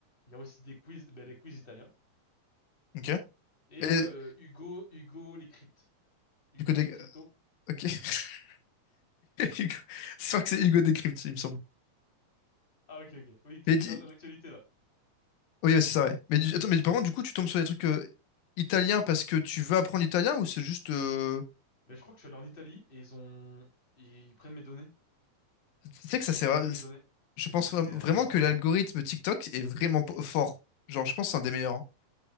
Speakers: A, on the left; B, on the left.
A: il y a aussi des quiz, ben, les quiz italiens
B: Ok.
A: et
B: Et
A: il y a euh, Hugo, Hugo les cryptes, Hugo
B: du coup, des-
A: les cryptos.
B: ok. <laughs> Hugo- Je crois que c'est Hugo Décrypte, il me semble.
A: Ah ok ok. Oui, qui
B: Mais
A: fait
B: dis-
A: l'in- l'actualité là.
B: oui, ouais, c'est ça, ouais. Mais dis- attends, mais par contre, du coup, tu tombes sur des trucs euh, italiens parce que tu veux apprendre l'italien ou c'est juste, euh,
A: Mais je crois que je suis allé en Italie et ils ont ils prennent mes données.
B: tu sais
A: Ils
B: que ça sert.
A: ont collecté
B: à-
A: mes données. C'est
B: Je pense
A: c'est
B: vra-
A: un
B: vraiment
A: danger
B: que l'algorithme
A: hein.
B: TikTok est vraiment po- fort. Genre, je pense que c'est un des meilleurs. hein.